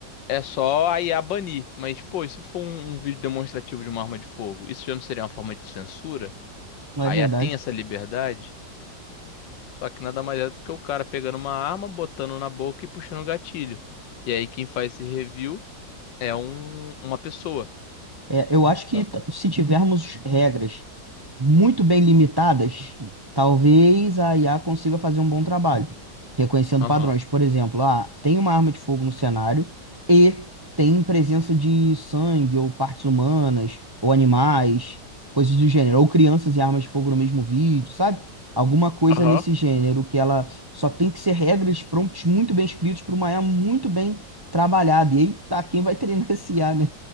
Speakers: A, on the left; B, on the right.
A: É só a IA banir. Mas, pô, e se for um, um vídeo demonstrativo de uma arma de fogo, isso já não seria uma forma de censura?
B: Não
A: A
B: é verdade?
A: IA tem essa liberdade? Só que nada mais é do que o cara pegando uma arma, botando na boca e puxando o gatilho. E aí quem faz esse review é um, uma pessoa.
B: É, eu acho que
A: Então,
B: t- se tivermos regras muito bem limitadas, talvez a IA consiga fazer um bom trabalho, reconhecendo
A: Aham.
B: padrões. Por exemplo, ah, tem uma arma de fogo no cenário e tem presença de sangue ou partes humanas ou animais, coisas do gênero, ou crianças e armas de fogo no mesmo vídeo, sabe? Alguma coisa
A: Aham.
B: nesse gênero que ela só tem que ser regras, prompts muito bem escritos para uma IA muito bem trabalhada. E aí tá quem vai treinar esse IA, né?